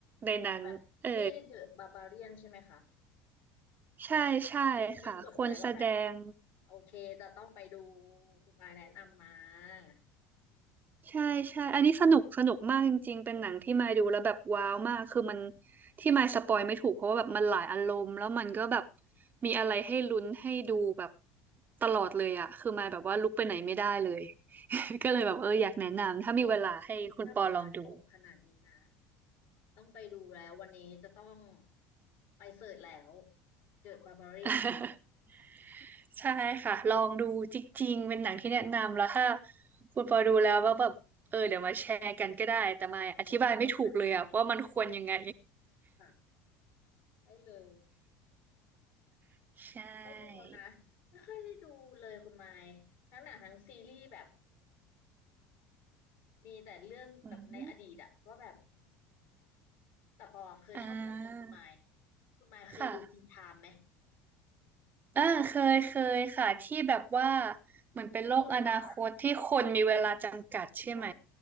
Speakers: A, on the right (about 35°); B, on the left (about 65°).
A: ในนั้นเออ
B: แบบชื่อเดอะบาบาเรียนใช่ไหมคะ
A: ใช่ใช่ค่ะคนแสดง
B: ได้จะได้จดไว้ว่าแบบโอเคจะต้องไปดูคุณมายแนะนำมาเน
A: ใช่ใช่ อันนี้สนุกสนุกมากจริงๆเป็นหนังที่มายดูแล้วแบบว้าวมากคือมันที่มายสปอยไม่ถูกเพราะว่าแบบมันหลายอารมณ์แล้วมันก็แบบมีอะไรให้ลุ้นให้ดูแบบตลอดเลยอะคือมายแบบว่าลุกไปไหนไม่ได้เลย <laughs> ก็เลยแบบเอออยากแนะนำถ้ามีเวลาให้คุณปอลองดู
B: ี่ยถ้าคุณมายบอกขนาดนี้นะต้องไปดูแล้ววันนี้จะต้องไปเสิร์ชแล้ว The Barbarian
A: <laughs>
B: เดอะบาบาเรียน
A: ใช่ค่ะลองดูจริงๆเป็นหนังที่แนะนำแล้วถ้าคุณปอดูแล้วว่าแบบเออเดี๋ยวมาแชร์กันก็ได้แต่มายอธิบายไม่ถูกเลยอะว่ามันควรยังไง
B: มาแชร์ว่า ไงค่ะได้เลย
A: <laughs> ใช่
B: โอ้โปนะไม่ค่อยได้ดูเลยคุณไมค์ทั้งหนังทั้งซีรีส์แบบมีแต่เรื่องแบบในอดีตอะว่าแบบ
A: อืม
B: แต่ปอเคยชอบเรื่องหนึ่งคุณไมค์
A: อ่า
B: คุณไมค์เคยดูจรินไทม์ไหม
A: ค่ะอ่าเคยเคยค่ะ ที่แบบว่า เหมือนเป็นโลกอนาคตที่คนมีเวลาจำกัดใช่ไหม
B: ที่มีเวลาใช่